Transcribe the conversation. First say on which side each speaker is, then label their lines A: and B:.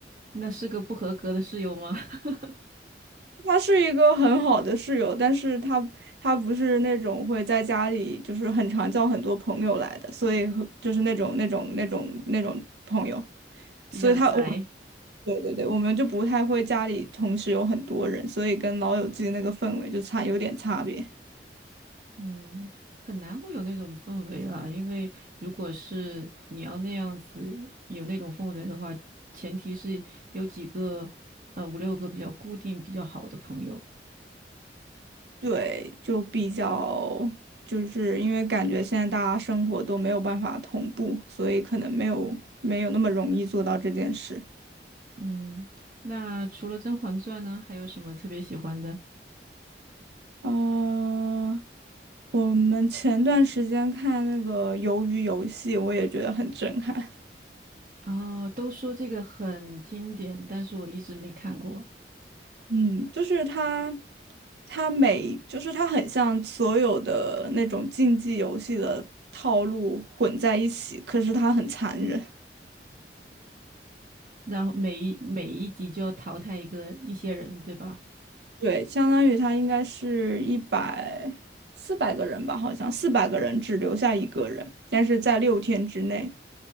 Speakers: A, on the right; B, on the right.
A: 那是个不合格的室友吗？<laughs>
B: 他是一个很好的室友，但是他他不是那种会在家里就是很常叫很多朋友来的，所以和就是那种那种那种那种朋友，
A: 比较宅，
B: 所以他我对对对，我们就不太会家里同时有很多人，所以跟老友记的那个氛围就差有点差别。
A: 嗯，很难会有那种氛围啊。因为如果是你要那样子有那种氛围的话，前提是有几个呃五六个比较固定、比较好的朋友。
B: 对，就比较就是因为感觉现在大家生活都没有办法同步，所以可能没有没有那么容易做到这件事。
A: 嗯，那除了《甄嬛传》呢，还有什么特别喜欢的？
B: 呃，我们前段时间看那个《鱿鱼游戏》，我也觉得很震撼。
A: 哦，都说这个很经典，但是我一直没看过。
B: 嗯，就是它，它每就是它很像所有的那种竞技游戏的套路混在一起，可是它很残忍。
A: 然后每一每一集就要淘汰一个一些人，对吧？
B: 对，相当于它应该是一百四百个人吧，好像四百个人只留下一个人，但是在六天之内，